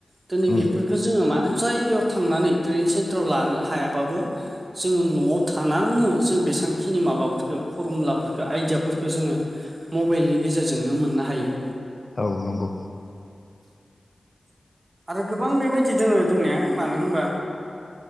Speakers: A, on the right; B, on the left.
A: दिनै
B: उम
A: बेफोरखौ जोङो मा जायगायाव थांनानै ट्रेनिं सेन्टाराव लानो हायाबाबो जोङो न'आव थानानैनो जों बेसेबांखिनि माबाफोरखौ फरमुलाफोरखौ आइदियाफोरखौ जोङो मबाइलनि गेजेरजोंनो मोननो हायो।
B: औ नंगौ।
A: आरो गोबां बेबायदि दोङो दोंनाया मानो होनबा